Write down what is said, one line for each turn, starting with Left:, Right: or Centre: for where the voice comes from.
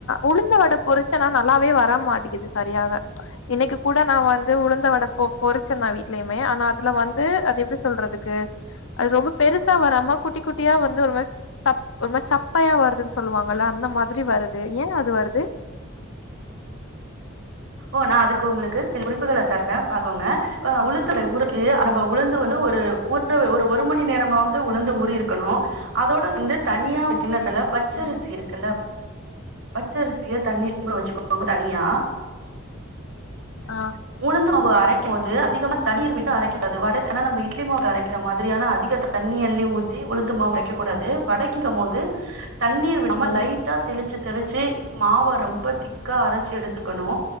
Left: உளுந்த வட பொரிச்ச நா நல்லாவே வர மாட்டேங்குது சரியாக இன்னைக்கு கூட நா வந்து உளுந்த வடை பொ பொறிச்சு பொரிச்ச நா வீ்ட்லயுமே ஆனா அதுல வந்து அது எப்டி சொல்றதுக்கு அது ரொம்ப பெருசு சா வராம குட்டி குட்டியா வந்து ஒரு மாரி சப் ஒரு சப்பயா வருதுன்னு சொல்லுவாங்கல்ல அந்த மாதிரி வருது ஏன் அது வருது
Right: ஓனா அதுக்கு உங்களுக்கு சில குறிப்புகல தர பாகோங்க உளுதுறை உறுக்கி அந்த உளுந்து வந்து ஒரு ஊர் ஒரு மணி நேரமாவது உளுந்து ஊறி இருக்கணோ அதோட சந்து தனியா கின்னதுல பச்சரிசி
Left: ம்.
Right: இருக்குல பச்சரிசிய தண்ணீ ங்க வெச்சுகோங்க தனியா
Left: ஆ.
Right: உளுந்து மாவ் அவ அரைக்க போது அதிக தண்ணீர் விட்டு அரைக்க ந இட்லி மா அரைக்கிற மாதிரியான அதிக தண்ணி அள்ளி ஊத்தி உளுந்து மாவு அரைக்க கூடாது வடைக்குக போது தண்ணீ விடாம
Left: ஓ!
Right: லைட்டா தெளிச்சு தெளிச்சு மாவ ரொம்ப திக்கா அரச்சி எடுத்துக்கனோ